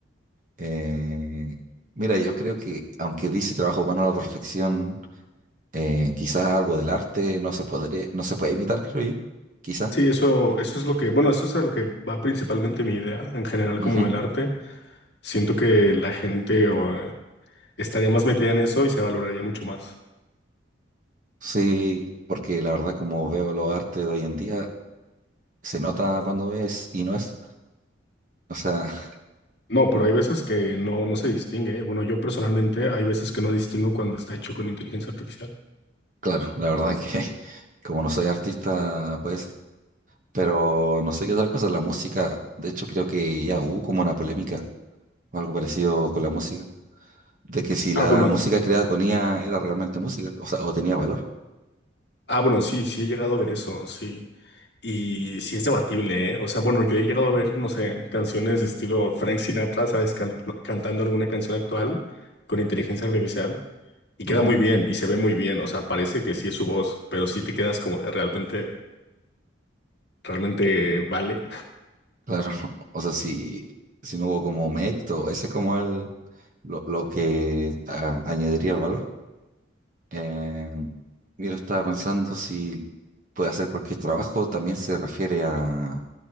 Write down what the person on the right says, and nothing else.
eh, mira, yo creo que aunque dice trabajo humano a la perfección, eh, quizás algo del arte no se podría, no se puede imitar, creo yo. Quizá.
Ujú.
Sí, porque la verdad como veo los artes de hoy en día, se nota cuando es y no es. O sea,
<laughs>
claro, la verdad que <laughs> como no soy artista, pues, pero no sé qué otra cosa, la música, de hecho creo que ya hubo como una polémica o algo parecido con la música, de que si
la
música creada con IA era realmente música, o sea, o tenía valor.
Ujú.
Claro, <laughs> o sea, si, si no hubo como mérito, ese es como el, lo, lo que a- añadiría el valor. Eh, mira, estaba pensando si puede hacer cualquier trabajo, también se refiere a